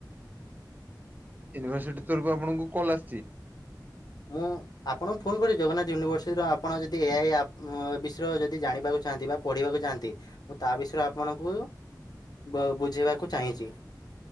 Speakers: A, on the right (about 25°); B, on the left (about 60°).
A: ୟୁନିଭର୍ସିଟି ତରଫରୁ ଆପଣଙ୍କୁ କଲ୍ ଆସିଛି।
B: ମୁଁ ଆପଣଙ୍କୁ ଫୋନ୍ କରିବି ଜଗନ୍ନାଥ ୟୁନିଭର୍ସିଟିର ଆପଣ ଯଦି ଏ ଆଇ ଆପ- ବିଷୟରେ ଯଦି ଜାଣିବାକୁ ଚାହାନ୍ତି ବା ପଢ଼ିବାକୁ ଚାହାନ୍ତି। ମୁଁ ତା ବିଷୟରେ ଆପଣଙ୍କୁ- ବ ବୁଝେଇବାକୁ ଚାହିଁଛି।